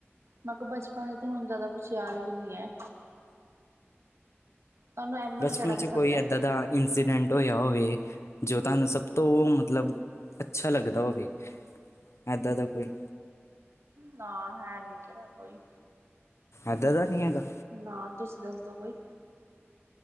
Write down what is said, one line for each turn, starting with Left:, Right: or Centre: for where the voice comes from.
Right: ਮੈਂ ਕਿਹਾ ਬਚਪਨ ਦੇ ਤਾਂ ਹੁਣ ਜ਼ਿਆਦਾ ਕੁਛ ਯਾਦ ਵੀ ਨੀ ਹੈ ਤੁਹਾਨੂੰ ਐਨੀਮਲ
Left: ਬਚਪਨ
Right: ਕਿਹੜਾ
Left: 'ਚ
Right: ਪਸੰਦ
Left: ਕੋਈ
Right: ਹੈ
Left: ਇੱਦਾਂ ਦਾ ਇੰਸੀਡੈਂਟ ਹੋਇਆ ਹੋਵੇ ਜੋ ਤੁਹਾਨੂੰ ਸਭ ਤੋਂ ਮਤਲਬ ਅੱਛਾ ਲੱਗਦਾ ਓਵੀ, ਏਦਾਂ ਦਾ ਕੋਈ।
Right: ਨਾ ਹੈਨੀ ਕਿਹਾ ਕੋਈ।
Left: ਏਦਰ ਦਾ ਨੀਂ ਹੈਗਾ?
Right: ਨਾਂ, ਤੁਸੀਂ ਦੱਸਦੋ ਕੋਈ?